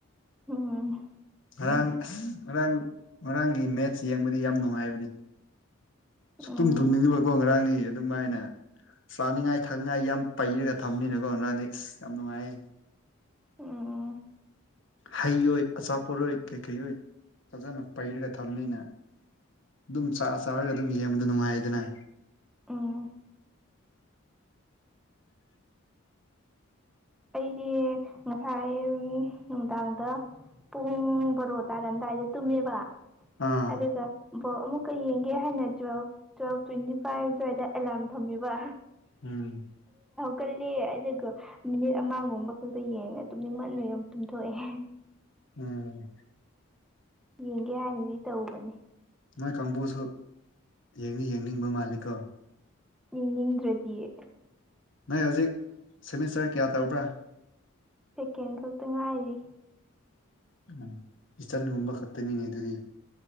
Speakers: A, in the centre; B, on the left.
A: ꯎꯝ
B: ꯉꯔꯥꯡ ꯉꯔꯥꯡ ꯉꯔꯥꯡꯒꯤ ꯃꯦꯠꯁ ꯌꯦꯡꯕꯗꯤ ꯌꯥꯝ ꯅꯨꯡꯉꯥꯏꯕꯅꯤ ꯁꯨ
A: ꯎꯝ
B: ꯇꯨꯝ ꯇꯨꯝꯅꯤꯡꯉꯕꯀꯣ ꯉꯔꯥꯡꯗꯤ ꯑꯗꯨꯝꯃꯥꯏꯅ ꯆꯥꯅꯤꯡꯉꯥꯏ ꯊꯛꯅꯤꯡꯉꯥꯏ ꯌꯥꯝ ꯄꯩꯔꯒ ꯊꯝꯅꯤꯅꯀꯣ ꯔꯥꯟꯅꯤ ꯑꯁ ꯌꯥꯝ ꯅꯨꯡꯉꯥꯏ
A: ꯎꯝ
B: ꯍꯩꯔꯣꯏ ꯑꯆꯥꯄꯣꯠꯣꯏ ꯀꯩꯀꯩꯔꯣꯏ ꯐꯖꯅ ꯄꯩꯔꯒ ꯊꯝꯂꯤꯅꯦ ꯑꯗꯨꯝ ꯆꯥꯛ ꯆꯥꯔꯒ ꯑꯗꯨꯝ ꯌꯦꯡꯕꯗ ꯅꯨꯡꯉꯥꯏꯗꯅ
A: ꯎꯝ ꯑꯩꯗꯤ ꯉꯁꯥꯏ ꯅꯨꯡꯗꯥꯡꯗ ꯄꯨꯡ ꯕꯣꯔꯣ ꯇꯥꯔꯝꯗꯥꯏꯗ ꯇꯨꯝꯃꯦꯕ
B: ꯑꯥ
A: ꯑꯗꯨꯒ ꯕꯣ ꯑꯃꯨꯛꯀ ꯌꯦꯡꯒꯦ ꯍꯥꯏꯅ ꯇꯨꯋꯦꯜ ꯇꯨꯋꯦꯜꯐ ꯇ꯭ꯋꯦꯟꯇꯤ ꯐꯥꯏꯚ ꯑꯗꯨꯋꯥꯏꯗ ꯑꯦꯂꯥꯔꯝ ꯊꯝꯃꯦꯕ
B: ꯎꯝ
A: ꯀꯜꯂꯦ ꯑꯗꯨꯒꯒ ꯃꯤꯅꯤꯠ ꯑꯃꯒꯨꯝꯕ ꯈꯛꯄ ꯌꯦꯡꯉꯦ ꯇꯨꯝꯅꯤꯡ ꯃ ꯃꯣꯏꯨ ꯇꯨꯝꯊꯣꯛꯑꯦ
B: ꯎꯝ
A: ꯌꯦꯡꯒꯦ ꯍꯥꯏꯅꯗꯤ ꯇꯧꯕꯅꯦ
B: ꯅꯣꯏ ꯀꯥꯡꯕꯨꯁꯨ ꯌꯦꯡꯅꯤ ꯌꯦꯡꯅꯤꯡꯕ ꯃꯥꯜꯂꯤꯀꯣ
A: ꯌꯦꯡꯅꯤꯡꯗ꯭ꯔꯗꯤꯌꯦ
B: ꯅꯣꯏ ꯍꯧꯖꯤꯛ ꯁꯦꯃꯤꯁꯇꯔ ꯀꯌꯥ ꯇꯔꯕ꯭ꯔꯥ
A: ꯁꯦꯀꯦꯟ ꯈꯛꯇ ꯉꯥꯏꯔꯤ
B: ꯎꯝ ꯏꯆꯟꯒꯨꯝꯕ ꯈꯛꯇꯅꯤꯅꯦ ꯑꯗꯨꯗꯤ